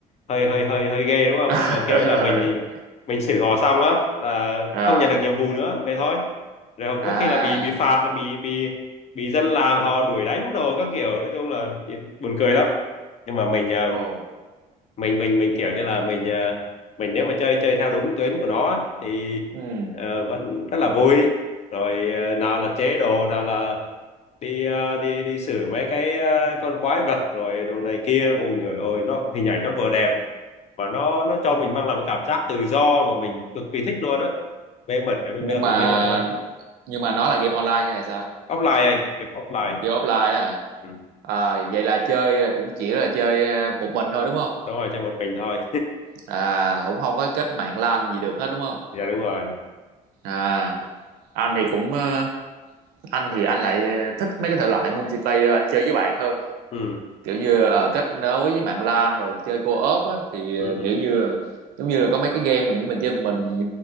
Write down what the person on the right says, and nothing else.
<laughs>
R
à
ồ
ừ.
nhưng mà
nhưng mà nó là game online hay là sao
game offline á hả
à, vậy là chơi là cũng chỉ là chơi ờ, một mình thôi đúng không
à cũng không có kết mạng LAN gì được hết đúng không
à anh thì cũng ờ, anh thì anh lại thích mấy cái thể loại multiplayer anh chơi với bạn hơn
kiểu như ờ, kết nối với mạng LAN rồi chơi co-op á, thì
ờ,
kiểu như là giống như là có mấy cái game mà như mình chơi mình